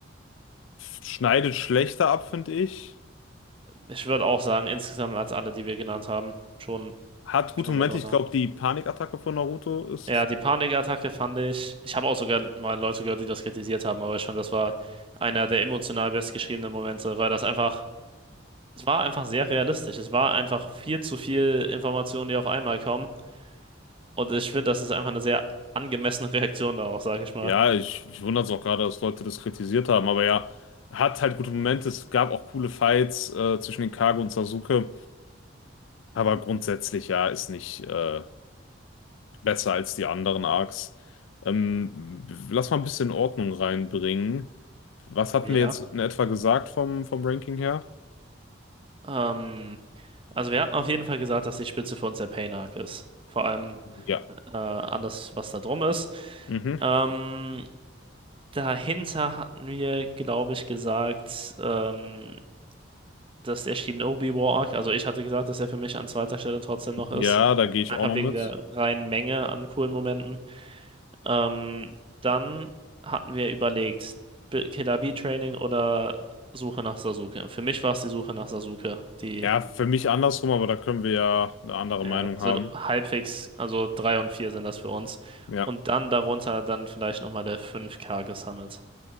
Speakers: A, on the left; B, on the right.
A: Schneidet schlechter ab, finde ich.
B: Ich würde auch sagen, insgesamt als alle, die wir genannt haben, schon,
A: Hat gute
B: schon
A: Momente.
B: darunter.
A: Ich glaube, die Panikattacke von Naruto ist.
B: Ja, die Panikattacke fand ich. Ich habe auch sogar mal Leute gehört, die das kritisiert haben, aber ich fand, das war einer der emotional bestgeschriebenen Momente, weil das einfach, es war einfach sehr realistisch. Es war einfach viel zu viel Informationen, die auf einmal kommen. Und ich finde, das ist einfach eine sehr angemessene <laughs> Reaktion darauf, sage ich mal.
A: Ja, ich, ich wundere es auch gerade, dass Leute das kritisiert haben, aber ja, hat halt gute Momente. Es gab auch coole Fights äh, zwischen den Kage und Sasuke, aber grundsätzlich ja, ist nicht äh, besser als die anderen Arcs. Ähm, lass mal ein bisschen Ordnung reinbringen. Was hatten
B: Ja.
A: wir jetzt in etwa gesagt vom, vom Ranking her?
B: Ähm, also wir hatten auf jeden Fall gesagt, dass die Spitze für uns der Pain-Arc ist. Vor allem
A: Ja.
B: äh, alles, was da drum ist.
A: Mhm.
B: Ähm, dahinter hatten wir, glaube ich, gesagt, ähm, dass der Shinobi War Arc, also ich hatte gesagt, dass er für mich an zweiter Stelle trotzdem noch
A: Ja,
B: ist.
A: da gehe ich
B: Einfach
A: auch noch
B: wegen
A: mit.
B: der reinen Menge an coolen Momenten. Ähm, dann hatten wir überlegt, B- Killer Bee Training oder Suche nach Sasuke. Für mich war es die Suche nach Sasuke. Die
A: Ja, für mich andersrum, aber da können wir ja eine andere
B: ja,
A: Meinung
B: sind
A: haben.
B: halbwegs, also 3 und 4 sind das für uns.
A: Ja,
B: Und dann darunter dann vielleicht nochmal der fünf k gesammelt.